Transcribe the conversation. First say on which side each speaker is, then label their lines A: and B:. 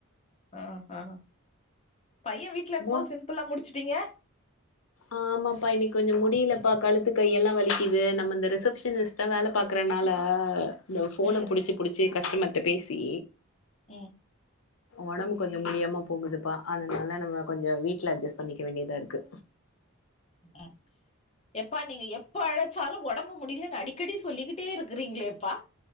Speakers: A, on the left; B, on the left.
A: ஆ ஆ பைய வீட்ல இருக்கும்
B: மோர்
A: போது சிம்பிளா முடிச்சுட்டீங்க
B: ஆமாப்பா இன்னிக் கொஞ்சோ முடியிலப்பா கழுத்து கையெல்லா வலிக்குது நம்ம இந்த ரிசப்ஷனிஸ் டா வேல பாக்கறனால இந்த ஃபோன
A: ம்
B: புடிச்சு புடிச்சு கஷ்டமர்ட்ட பேசி
A: ம்
B: ஒடம்பு கொஞ்சோ முடியாம போகுதுப்பா அதனால நம்ம கொஞ்சோ வீட்ல அட்ஜஸ் பண்ணிக்க வேண்டியதா இருக்கு
A: ம் எப்பா நீங்க எப்ப அழைச்சாலு ஒடம்பு முடிலன் அடிக்கடி சொல்லிக்கிட்டே இருக்குறீங்களேப்பா